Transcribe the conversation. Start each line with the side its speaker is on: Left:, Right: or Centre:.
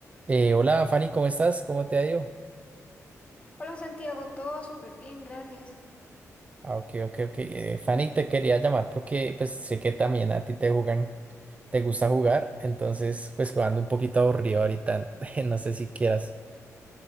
Right: Eh, hola Fanny, ¿cómo estás? ¿Cómo te ha ido?
Left: Hola Santiago, todo súper bien, gracias.
Right: Ah, ok, ok, ok. Eh, Fanny, te quería llamar porque pues sé que también a ti te jugan, te gusta jugar, entonces pues jugando un poquito aburrido ahorita, <laughs> no sé si quieras.